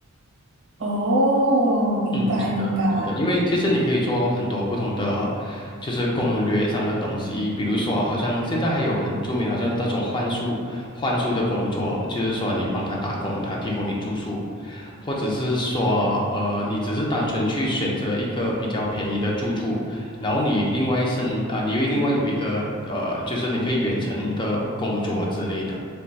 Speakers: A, on the right; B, on the left.
A: 哦，明白明白。
B: 嗯，真的，真的，因为其实你可以做很多不同的，就是攻略上的东西，比如说，好像现在还有很著名，好像那种幻术，幻术的工作，就是说你帮他打工，他提供你住宿，或者是说，呃，你只是单纯去选择一个比较便宜的住处，然后你另外一剩啊、你会另外有一个呃，就是你可以远程的工作之类的。